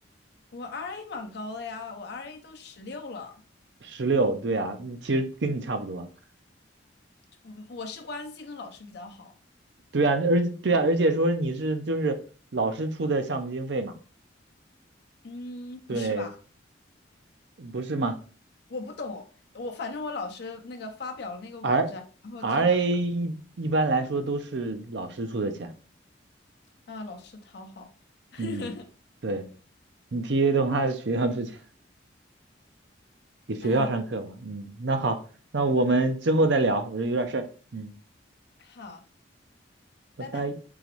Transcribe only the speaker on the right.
十六，对呀，嗯其实跟你差不多。
对呀，而且对啊，而且说你是就是老师出的项目经费嘛，
对，
不是吗
？R RA
一一般来说都是老师出的钱，
嗯。对。你 TA 的话，学校出去给学校上课嘛？
嗯，那好，那我们之后再聊，我这有点事儿。嗯，
拜拜。